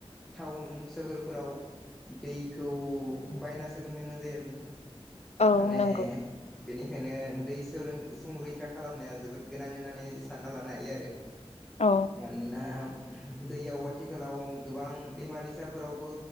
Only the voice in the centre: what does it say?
टाउन सोहोरफोराव दैखौ बायना सोलोंनो गोनां जायो आरो नोंथां
माने
बेनिखायनो दै संरैखा खालामनाया जोबोद गोनां होननानै सानना लानो हायो आरो
मानोना दैयाव आथिखालाव गोबां दैमा दैसाफोरावबो